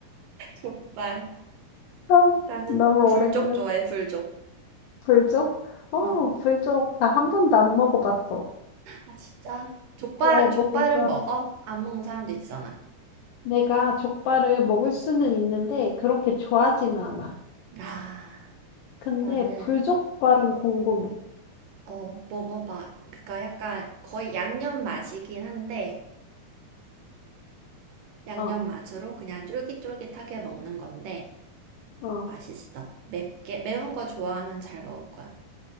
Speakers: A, on the right (about 75°); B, on the left (about 75°).
A: 족발.
B: 아,
A: 나는
B: 너무
A: 불족
B: 오래 걸렸어.
A: 좋아해, 불족.
B: 불족? 어,
A: 어.
B: 불족. 나 한 번도 안 먹어봤어.
A: 아, 진짜? 족발,
B: 어, 뭔가
A: 족발은 먹어? 안 먹는 사람도 있잖아.
B: 내가 족발을 먹을 수는 있는데 그렇게 좋아하진 않아.
A: 아,
B: 근데
A: 나는,
B: 불족발은 궁금해.
A: 어, 먹어봐. 그러니까 약간 거의 양념 맛이긴 한데, 양념
B: 어,
A: 맛으로 그냥 쫄깃쫄깃하게 먹는 건데,
B: 어.
A: 맛있어. 맵게, 매운 거 좋아하면 잘 먹을 거야.